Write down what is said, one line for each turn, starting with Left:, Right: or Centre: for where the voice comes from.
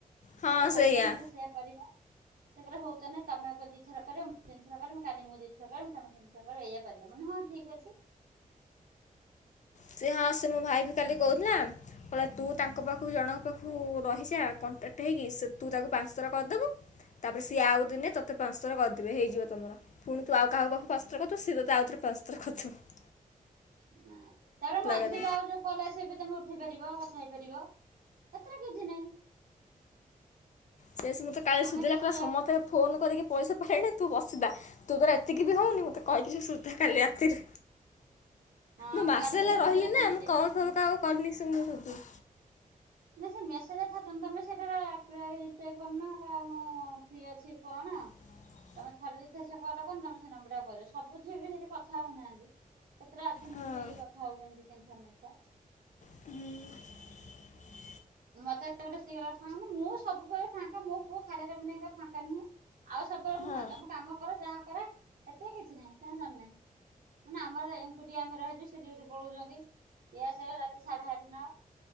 Right: ସେ
Left: ହଁ
Right: କହିଲେ ହଉତାନେ
Left: ସେଇଆ।
Right: ଏଥ ସେଇୟା କରିବା। ସେ କହିଲେ ହଉ ତାନେ ତମେ ଆଗ ଦିଥର କରିବ ମୁଁ ତିନି ଥର କରିବ କାଲି ମୁଁ ଦିଇଥର କରିବି ତମେ ତି ଏଇଆ କରିବା ମାନେ ହଁ ଠିକ ଅଛି।
Left: ସେ ହଁ ସେ ମୋ ଭାଇ ବି କାଲି କହୁଥିଲା। କହିଲା ତୁ ତାଙ୍କ ପାଖକୁ ଜଣଙ୍କ ପାଖକୁ ରହିଛା କଣ୍ଟାକ୍ଟ ହେଇକି ସେ ତୁ ତାକୁ ପାଞ୍ଚ ଥର କରିଦବୁ। ତାପରେ ସିଏ ଆଉ ଦିନେ ତୋତେ ପାଞ୍ଚ ଥର କରିଦେବେ ହେଇଯିବ ତମର। ପୁଣି ତୁ ଆଉ କାହା ପାଖୁ ପାଞ୍ଚ ଥର କରିଦବୁ ସେ ତତେ ଆଉ ଥରେ ପାଞ୍ଚ ଥର କରି ଦବ।
Right: ତାପରେ ମଝିରେ
Left: କାଲି
Right: ବି ଆଉ ଯୋଉ କଲ ଆସିବ ବି ତମେ ଉଠେଇ ପାରିବ କଥା ହେଇପାରିବ ଏଥିରେ କିଛି ନାହିଁ।
Left: ସିଏ ଆସି ମୋତେ କାଲି
Right: ଆମେ
Left: ସୁଦିଲା
Right: ତ
Left: କହିଲା
Right: ସେଇଆ
Left: ସମସ୍ତେ
Right: କରୁଛୁ
Left: ଫୋନ୍ କରିକି ପଇସା ପାଇଣି ତୁ ବସିଦା ତୁ ତୋର ଏତିକି ବି ହଉନି ମତେ କହିକି ସେ ସୋଦା କାଲି ରାତିରେ।
Right: ହଁ
Left: ମୁଁ ମାସ
Right: କାଲି ଗୋଟେ
Left: ହେଲା ରହିଲି
Right: ଝିଅର କଣ
Left: ନା ମୁଁ
Right: ଚେକିଂ
Left: କଲ ଫଲ୍ କାହାକୁ କରିନି ସେ ମତେ ସୋଦୁଚି।
Right: ନା ସେ ମେସେଜ ଥନ୍ତ ତମେ ସେଇଟା ରିପ୍ଲାଏ କରୁନ କ ମୁଁ ଫ୍ରି ଅଛି କଣ।
Left: <inaudible>
Right: ତମେ ଥରେ ଯେ ଥର ସେ କଲ କ ତମେ ସେ ନମ୍ବର ଟା କରିବ ସବୁ ଝିଅବି ସେଠି କଥା ହଉନାହାନ୍ତି। କେତେଟା ଅଛନ୍ତି
Left: ହଁ
Right: ବି କଥା ହଉଛନ୍ତି ଦି ତିନି ଥର ଲେଖା।
Left: ହୁଁ।
Right: ମତେଟ ସେଇ ଫାନି ମୁଁ ସବୁବେଳେ ଫାଙ୍କା ମୋ ପୁଅ ଖାଲିରେ ଫାଙ୍କା ନୁହଁ। ଆଉ ସବୁବେଳେ ମୁଁ
Left: ହଁ
Right: ଫାଙ୍କା ମୁଁ କାମ କରେ ଯାହା କରେ ସେଥେରେ କିଛି ନାହିଁ ଟେନସନ୍ ନାହିଁ। ମାନେ ଆମର ଏକୁଟିଆ ଆମେ ରହିଛୁ ସେଠି ଏଠୀ ପଳଉଛନ୍ତି। ଏ ଆସୁ ଆସୁ ରାତି ସାଢେ ଆଠ ନ ତା